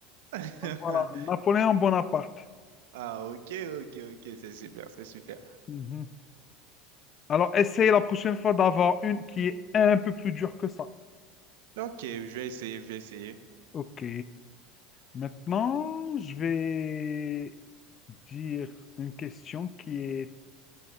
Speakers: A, on the right; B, on the left.
A: <laughs>
B: Donc voilà, Napoléon Bonaparte.
A: Ah ok, ok, ok, c'est super, c'est super.
B: Mhm. Alors, essaye la prochaine fois d'avoir une qui est un peu plus dure que ça.
A: Ok, je vais essayer, je vais essayer.
B: Ok. Maintenant, je vais dire une question qui est